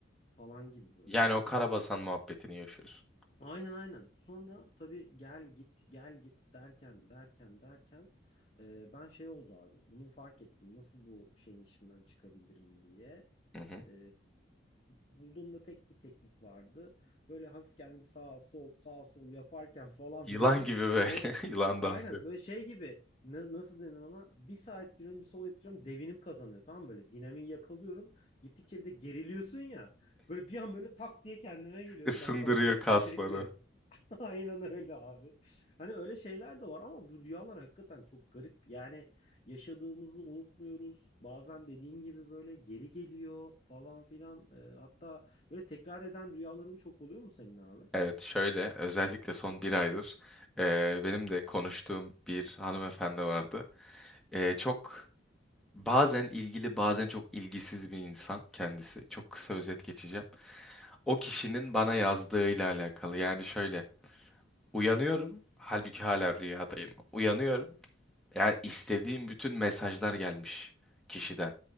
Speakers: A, on the left; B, in the centre.
A: falan gibi böyle.
B: Yani o karabasan
A: E,
B: muhabbetini yaşıyorsun.
A: Aynen aynen. Sonra tabii gel git gel git derken derken derken e, ben şey oldu abi. Bunu fark ettim. Nasıl bu şeyin içinden çıkabilirim diye.
B: Hı hı.
A: E, bulduğumda tek bir teknik vardı. Böyle hafif kendimi sağ sol sağ sol yaparken falan
B: Yılan
A: böyle
B: gibi böyle.
A: o
B: <laughs> Yılan
A: aynen
B: dansı.
A: böyle şey gibi na- nasıl denir ona? Bir sağ ettiriyorum bir sol ettiriyorum devinim kazanıyor tamam mı? Böyle dinamiği yakalıyorum. Gittikçe bir de geriliyorsun ya. Böyle bir an böyle tak diye kendime geliyordum.
B: Isındırıyor
A: Bak sana küçük
B: kasları.
A: bir trik vereyim. <laughs> Aynen öyle abi. Hani öyle şeyler de var ama bu rüyalar hakikaten çok garip. Yani yaşadığımızı unutmuyoruz. Bazen dediğin gibi böyle geri geliyor falan filan. Ee, hatta böyle tekrar eden rüyaların çok oluyor mu senin abi?
B: Evet şöyle özellikle son bir aydır eee, benim de konuştuğum bir hanımefendi vardı. Eee, çok Bazen ilgili, bazen çok ilgisiz bir insan kendisi. Çok kısa özet geçeceğim. O kişinin bana yazdığıyla alakalı. Yani şöyle, uyanıyorum, halbuki hala rüyadayım. Uyanıyorum, yani istediğim bütün mesajlar gelmiş kişiden.